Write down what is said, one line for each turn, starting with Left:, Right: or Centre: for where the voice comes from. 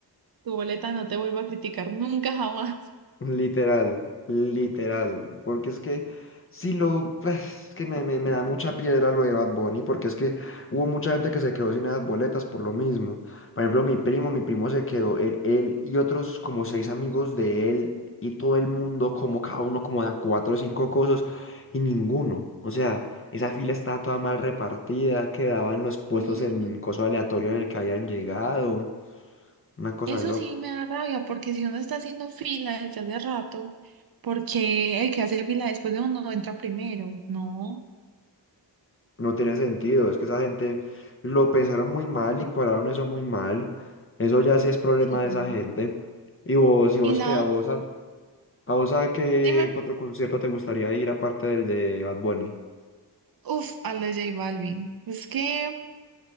Right: tu boleta no te vuelvo a criticar nunca jamás.
Left: Literal, literal, porque es que si lo, pues, es que me, me, me da mucha piedra lo de Bad Bunny, porque es que hubo mucha gente que se quedó sin las boletas por lo mismo. Por ejemplo, mi primo, mi primo se quedó, él, él y otros como seis amigos de él y todo el mundo, como cada uno como de cuatro o cinco cosas, y ninguno. O sea, esa fila estaba toda mal repartida, quedaban los puestos
Right: Sí,
Left: en coso aleatorio en el que habían llegado, una cosa
Right: eso
Left: de
Right: sí me da rabia, porque si uno está haciendo fila desde hace rato, porque el que hace fila después de uno entra primero? No,
Left: No tiene sentido, es que esa gente lo pensaron muy mal y cuadraron eso muy mal. Eso ya sí es problema
Right: sí.
Left: de esa gente. Y vos, y vos
Right: Y la
Left: qué, a
Right: otra,
Left: vos a, a vos a qué
Right: dime,
Left: otro concierto te gustaría ir aparte del de Bad Bunny.
Right: uff, a la J Balvin. Es que